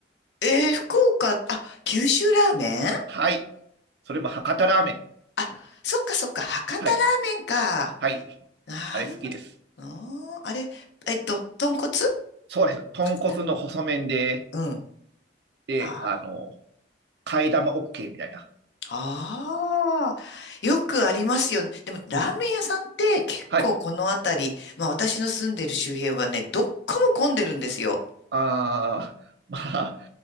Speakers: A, on the left; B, on the right.
A: えー、福岡、あ、九州ラーメンあ
B: はい。それも博多ラーメン。
A: あー、あ、そっかそっか、博多ラーメンか。
B: はい。はい。
A: なるほど。
B: あれ好きです。
A: あーあれ、えっと、豚骨
B: そうです。豚骨の細麺で、
A: 博多。うん。
B: で、
A: あ
B: あの、替え玉 OK みたいな。
A: ああ、よくありますよね。でも、ラーメン屋さんって結構この辺り、
B: うん。はい。
A: まあ私の住んでる周辺はね、どっこも混んでるんですよ。
B: あー、まあ、